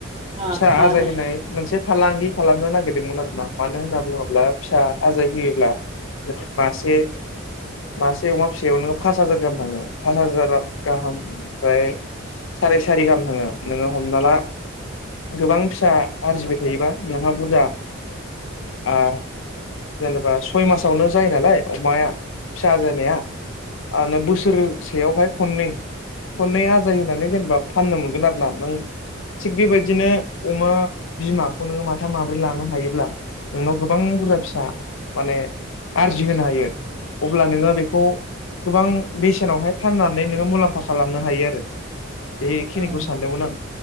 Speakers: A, on the right; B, on the left.
A: औ
B: फिसा आजाय
A: जायो
B: होनाय मोनसे फालांगि खालामनो नागिरदोंमोन आरो । मानो होनना बुङोब्ला फिसा आजाय होयोब्ला नों मासे मासे अमा फिसायाव नो फास हाजार गाहाम थाङो । फास हाजार गाहाम ओमफ्राय साराय सारि गाहाम थाङो नोङो हमना ला गोबां फिसा आरजिबाय थायोबा नोंहा बुरजा ओ जेनेबा सय मासावनो जायो नालाय अमाया फिसा आजानाया आ नों बसोर सेयावहाय खननै खननै आजाय होनानै जेनेबा फाननो मोनगोन आरो ना नों थिग बेबायदिनो अमा बिमाखौ नोङो माथा माब्रै लानो हायोब्ला नोंनाव गोबां बुरजा फिसा माने आरजिहो हायो । अब्ला नोङो बेखौ गोबां बेसेनावहाय फाननानै नोङो मुलाम्फा खालामनो हायो आरो बेखिनिखौ
A: औ
B: सानदोंमोन आं